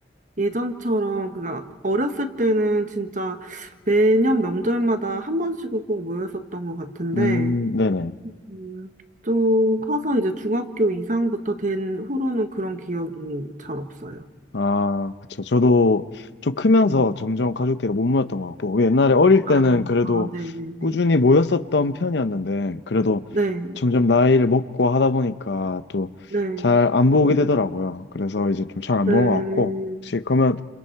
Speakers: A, on the right; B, on the left.
A: 예전처럼 그니까 어렸을 때는 진짜 매년 명절마다 한 번씩은 꼭 모였었던 것 같은데
B: 음, 네네.
A: 음, 좀 커서 이제 중학교 이상부터 된 후로는 그런 기억이 잘 없어요.
B: 아, 그쵸. 저도 좀 크면서
A: 음,
B: 점점 가족끼리 못 모였던 것 같고, 옛날에 어릴
A: 아,
B: 때는 그래도
A: 아, 네네네.
B: 꾸준히 모였었던 편이었는데, 그래도
A: 네,
B: 점점 나이를 먹고 하다 보니까 또
A: 네,
B: 잘 안 보게 되더라고요. 그래서 이제 좀 잘 안
A: 네,
B: 보는 것 같고, 혹시 그러면